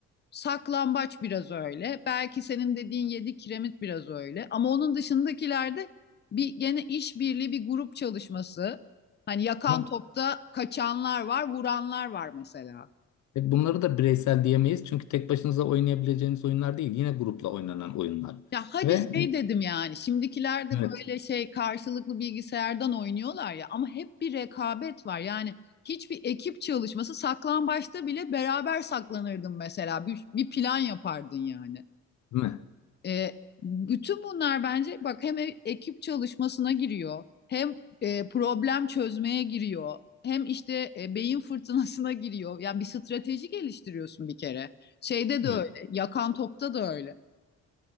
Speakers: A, on the left; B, on the left.
A: saklambaç biraz öyle. Belki senin dediğin yedi kiremit biraz öyle. Ama onun dışındakilerde bir gene işbirliği, bir grup çalışması. Hani yakan
B: Ama
A: topta kaçanlar var, vuranlar var mesela.
B: e, bunları da bireysel diyemeyiz. Çünkü tek başınıza oynayabileceğiniz oyunlar değil. Yine grupla oynanan oyunlar.
A: Ya hadi
B: Ve
A: şey dedim yani şimdikiler de
B: evet.
A: böyle şey karşılıklı bilgisayardan oynuyorlar ya ama hep bir rekabet var. Yani hiçbir ekip çalışması saklambaçta bile beraber saklanırdın mesela bir, bir plan yapardın yani.
B: Değil mi?
A: Ee, bütün bunlar bence bak hem e- ekip çalışmasına giriyor hem e, problem çözmeye giriyor hem işte e, beyin fırtınasına giriyor. Yani bir strateji geliştiriyorsun bir kere. Şeyde de öyle
B: Evet.
A: yakan topta da öyle.